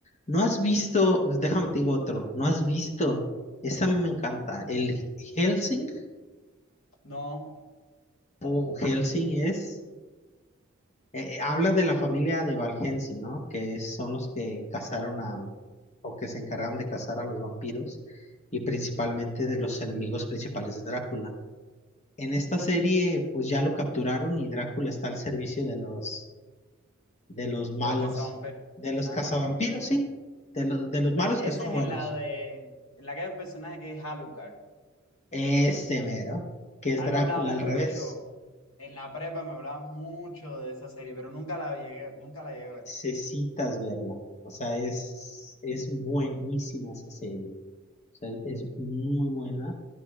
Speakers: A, on the left; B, on the left.
A: ¿No has visto, pues, déjame te digo otro, no has visto, ese a mí me encanta, el Helsing,
B: No,
A: o Helsing es, eh, eh, habla de la familia de Valhensing, ¿no? Que es- son los que cazaron a, o que se encargaron de cazar a los vampiros y principalmente de los enemigos principales de Drácula. En esta serie, pues ya lo capturaron y Drácula está al servicio de los de los malos,
B: de los cazavampiros.
A: de los
B: Ah,
A: cazavampiros, sí, de los, de los
B: pero
A: malos
B: ese
A: que son
B: es en
A: buenos.
B: la de, en la que hay un personaje que es Alucard.
A: Ese mero, que es
B: A mí
A: Drácula
B: me hablaban
A: al
B: mucho,
A: revés.
B: en la prepa me hablaban mucho de esa serie, pero nunca la llegué, nunca la llegué a ver.
A: Necesitas verla. O sea, es, es buenísima esa serie. O sea, es muy buena.